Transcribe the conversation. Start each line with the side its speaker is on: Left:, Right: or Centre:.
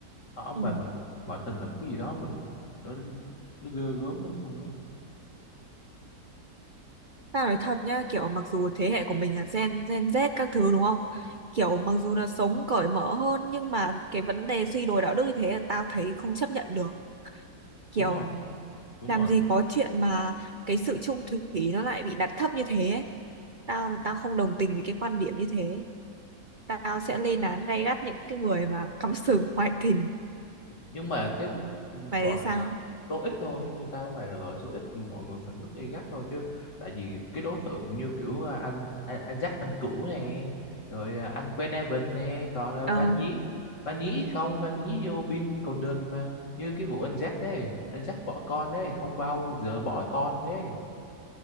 Left: ờ, ông bà
Right: ừ.
Left: mình ngoại tình là một cái gì đó mà nó nó ghê gớm lắm luôn ấy
Right: ta nói thật nhá kiểu mặc dù thế hệ của mình là gen gen Z các thứ đúng không kiểu mặc dù là sống cởi mở hơn nhưng mà cái vấn đề suy đồi đạo đức như thế là tao thấy không chấp nhận được kiểu
Left: đúng rồi đúng
Right: làm
Left: rồi
Right: gì có chuyện mà cái sự chung thủy nó lại bị đặt thấp như thế ấy. Tao tao không đồng tình với cái quan điểm như thế. Tao sẽ lên án gay gắt những cái người mà cắm sừng <laughs> ngoại tình.
Left: nhưng mà cái vụ-
Right: Mày
Left: gọi
Right: thấy sao?
Left: là số ít thôi như tao với mày là gọi là số ít mọi người phản ứng gay gắt thôi chứ tại vì cái đối tượng như kiểu à, anh anh, anh Jack năm cũ nè rồi à, anh Quen Evan nè toàn là
Right: Ờ,
Left: phản nhí phản nhí không phản nhí vô biên còn đợt mà như cái vụ anh Jack đấy anh Jack bỏ con đấy không bao giờ bỏ con đấy